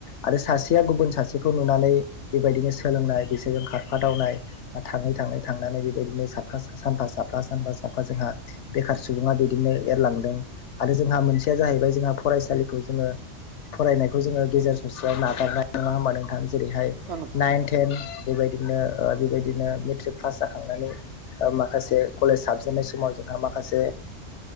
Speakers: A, on the left; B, on the right.
A: आरो सासेया गुबुन सासेखौ नुनानै बेबायदिनो सोलोंनाय बिसोरजों खारफादावनाय बा थाङै थाङै थांनानै बेबायदिनो साफा सानफा साफा सानफा साफा जोंहा बेखार सुबुङा बिदिनो एरलांदों आरो जोंहा मोनसेया जाहैबाय जोंहा फरायसालिखौ जोङो फरायनायखौ जोङो गेजेर ससेयाव नागारनाय नङा होमबा नोंथां जेरैहाय
B: औ नोंथां औ नोंथां
A: नाइन
B: औ नोंथां
A: टेन बेबायदिनो बेबायदिनो मेट्रिक पास जाखांनानै माखासे कलेज साबजेननाय समाव जों माखासे